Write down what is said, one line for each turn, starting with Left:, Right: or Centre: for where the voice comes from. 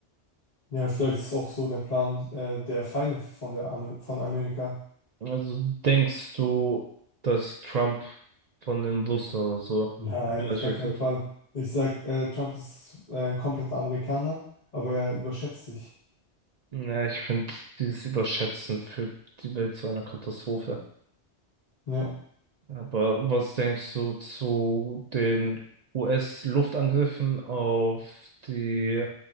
Left: Ja, vielleicht ist auch so der Plan äh, der Feinde von der Amer von Amerika,
Right: Also denkst du, dass Trump von den Russen oder so
Left: Nein,
Right: engagiert
Left: auf gar keinen
Right: wird?
Left: Fall. Ich sag, äh, Trump ist äh, kompletter Amerikaner, aber er überschätzt sich.
Right: Ja, ich finde dieses Überschätzen führt die Welt zu einer Katastrophe.
Left: Ja,
Right: Aber was denkst du zu den US-Luftangriffen auf die,